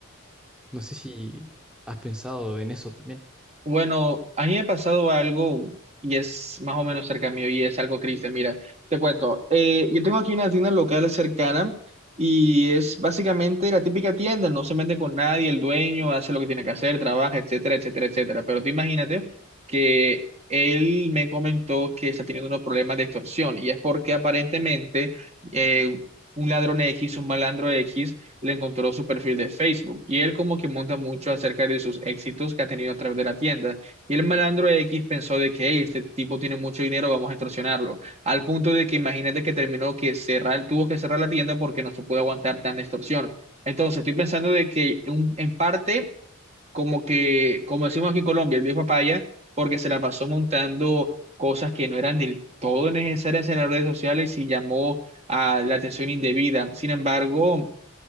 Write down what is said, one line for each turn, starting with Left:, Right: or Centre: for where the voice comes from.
Centre: No sé si has pensado en eso también.
Right: Bueno, a mí me ha pasado algo y es más o menos cerca mío y es algo triste. Mira, te cuento. Eh, yo tengo aquí una tienda local cercana y es básicamente la típica tienda, no se mete con nadie, el dueño hace lo que tiene que hacer, trabaja, etcétera, etcétera, etcétera. Pero tú imagínate que él me comentó que está teniendo unos problemas de extorsión y es porque aparentemente eh, un ladrón X, un malandro X, le encontró su perfil de Facebook y él como que monta mucho acerca de sus éxitos que ha tenido a través de la tienda. Y el malandro X pensó de que "Hey, este tipo tiene mucho dinero, vamos a extorsionarlo. Al punto de que imagínate que terminó que cerrar, tuvo que cerrar la tienda porque no se puede aguantar tanta extorsión. Entonces estoy pensando de que un- en parte como que, como decimos aquí en Colombia, el viejo papaya, porque se la pasó montando cosas que no eran del todo necesarias en las redes sociales y llamó a la atención indebida. Sin embargo,